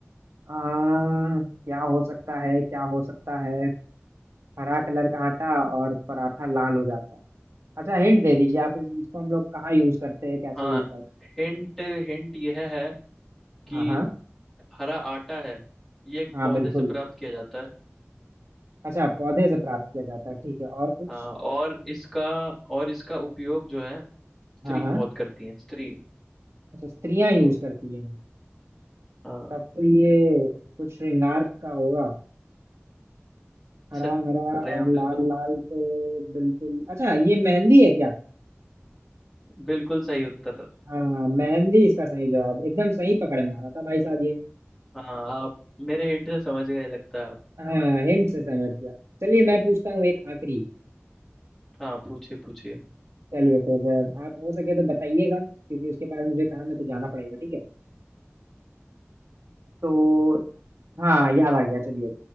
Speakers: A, on the right (about 85°); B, in the centre.
A: आ, क्या हो सकता है क्या हो सकता है हरा कलर का आटा और पराठा लाल हो जाता है अच्छा हिंट दे दीजिए आप इस- इसको हम लोग कहाँ यूज करते हैं कैसे
B: हाँ
A: यूज करते
B: हिंट हिंट यह है कि
A: हैं हाँ हाँ
B: हरा आटा है ये एक
A: हाँ
B: पौधे
A: बिल्कुल
B: से प्राप्त किया जाता है
A: अच्छा पौधे से प्राप्त किया जाता है ठीक है और कुछ
B: हाँ और इसका और इसका उपयोग जो है स्त्री
A: हाँ हाँ
B: बहुत करती है स्त्री
A: अच्छा स्त्रियां यूज करती हैं इन्हें।
B: हाँ
A: तब तो ये कुछ श्रृंगार का होगा हरा
B: सही
A: हरा
B: अरे
A: और
B: हाँ बिल्कुल
A: लाल लाल तो बिल्कुल अच्छा ये मेहंदी है क्या
B: बिल्कुल सही उत्तर
A: हाँ मेहंदी इसका सही जवाब एकदम सही पकड़ में आ रहा था भाई साहब ये
B: हाँ आप मेरे हिंट से समझ गए लगता है आप
A: हाँ हिंट से समझ गया चलिए मैं पूछता हूँ एक आखिरी
B: हाँ पूछिए पूछिए
A: चलिए फिर आप हो सके तो बताइएगा क्योंकि उसके बाद मुझे काम है तो जाना पड़ेगा ठीक है तो हाँ याद आ गया चलिए